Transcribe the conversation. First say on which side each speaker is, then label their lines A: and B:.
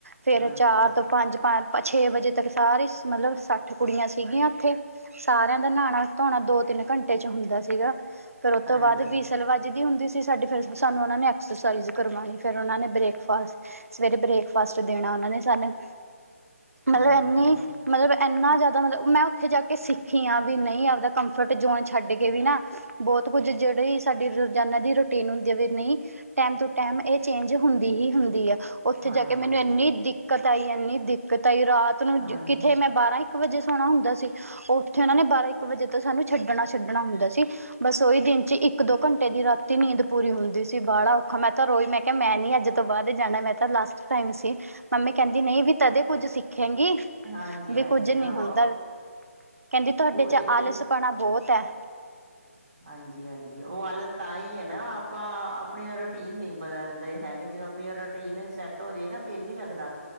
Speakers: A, on the right (about 70°); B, on the right (about 25°).
A: ਫੇਰ
B: ਅੱਛਾ
A: ਚਾਰ
B: ਜੀ,
A: ਤੋਂ ਪੰਜ ਪੰ ਛੇ ਵਜੇ ਤੱਕ ਸਾਰੀ ਮਤਲਬ ਸੱਠ ਕੁੜੀਆਂ ਸੀਗੀਆਂ ਉੱਥੇ ਸਾਰਿਆਂ ਦਾ ਨਹਾਉਣਾ ਧੋਣਾ ਦੋ ਤਿੰਨ ਘੰਟੇ ਚ ਹੁੰਦਾ ਸੀਗਾ ਫਰ ਉਹ
B: ਹਾਂਜੀ।
A: ਤੋਂ ਬਾਅਦ ਵੀ ਵਿਸਲ ਵੱਜਦੀ ਹੁੰਦੀ ਸੀ ਸਾਡੀੇ ਫਿਰ ਸਾਨੂੰ ਉਹ ਨੇ ਐਕਸਰਸਾਈਜ਼ ਕਰਵਾਉਣੀ ਫਿਰ ਉਹਨਾਂ ਨੇ ਬ੍ਰੇਕਫਾਸਟ ਸਵੇਰੇ ਬ੍ਰੇਕਫਾਸਟ ਦੇਣਾ ਉਹਨਾਂ ਨੇ ਸਾਨੂੰ ਮਤਲਬ
B: ਹਾਂਜੀ,
A: ਇੰਨੀ ਮਤਲਬ ਇੰਨਾ ਜ਼ਿਆਦਾ ਮਤਲਬ ਮੈਂ ਉੱਥੇ ਜਾ ਕੇ ਸਿੱਖੀ ਆਂ ਵੀ ਨਹੀਂ ਆਵਦਾ ਕੰਫਰਟ ਜ਼ੋਨ ਛੱਡ ਕੇ ਵੀ ਨਾ। ਬਹੁਤ ਕੁੱਝ ਜਿਹੜੇ ਸਾਡੀ ਰੋਜ਼ਾਨਾ ਦੀ ਰੂਟੀਨ ਹੁੰਦੀ ਹੈ ਵੀ ਨਹੀਂ। ਟੈਮ ਟੂ ਟੈਮ ਇਹ ਚੇਂਜ ਹੁੰਦੀ ਹੀ ਹੁੰਦੀ ਹੈ। ਉੱਥੇ
B: ਹਾਂਜੀ,
A: ਜਾ ਕੇ ਮੈਨੂੰ ਇੰਨੀ ਦਿੱਕਤ ਆਈ ਇੰਨੀ ਦਿੱਕਤ ਆਈ ਰਾਤ ਨੂੰ
B: ਹਾਂਜੀ,
A: ਕਿਥੇ ਮੈਂ ਬਾਰਾਂ ਇੱਕ ਵਜੇ ਸੋਹਣਾ ਹੁੰਦਾ ਸੀ ਉੱਥੇ ਉਹਨਾਂ ਨੇ ਬਾਰਾਂ ਇੱਕ ਵਜੇ ਤੇ ਸਾਨੂੰ ਛੱਡਣਾ ਛੱਡਣਾ ਹੁੰਦਾ ਸੀ। ਬਸ ਉਈ ਦਿਨ ਚ ਇੱਕ ਦੋ ਘੰਟੇ ਦੀ ਰਾਤ ਨੀਂਦ ਪੂਰੀ ਹੁੰਦੀ ਸੀ ਬਾੜਾ ਔਖਾ ਮੈਂ ਤਾਂ ਰੋਈ ਮੈਂ ਕਿਹਾ ਮੈਂ ਨੀ ਅੱਜ ਤੋਂ ਬਾਅਦ ਜਾਣਾ ਮੈਂ ਤਾਂ ਲਾਸਟ ਟਾਈਮ ਸੀ ਮੰਮੀ ਕਹਿੰਦੀ ਨਹੀਂ ਵੀ ਤਦੇ ਕੁੱਝ ਸਿੱਖੇਗੀ।
B: ਹਾਂਜੀ,
A: ਵੀ
B: ਹਾਂਜੀ
A: ਕੁੱਝ ਨਹੀਂ
B: ਆਹੋ।
A: ਹੁੰਦਾ ਕਹਿੰਦੀ ਤੁਹਾਡੇ
B: ਉਹ
A: ਚ
B: ਇਦੇ
A: ਆਲਸਪਣਾ ਬਹੁਤ ਹੈ।
B: ਹਾਂਜੀ-ਹਾਂਜੀ ਉਹ ਹਾਲਤ ਤਾਂ ਹੀ ਹੈ ਨਾ ਆਪਾਂ ਆਪਣੀ ਰੂਟੀਨ ਨਹੀਂ ਬਦਲਦੇ ਹੈਗੇ ਜਦੋਂ ਜੇ ਰੂਟੀਨ ਸੈੱਟ ਹੋ ਜਾਏ ਨਾ ਫੇਰ ਨੀ ਲੱਗਦਾ।